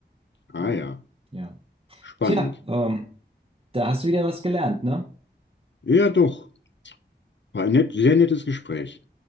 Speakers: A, on the left; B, on the right.
A: Ah
B: Ähm,
A: ja,
B: ja.
A: spannend.
B: Tja, ähm, da hast du wieder was gelernt, ne?
A: Ja, doch. War ein net, sehr nettes Gespräch.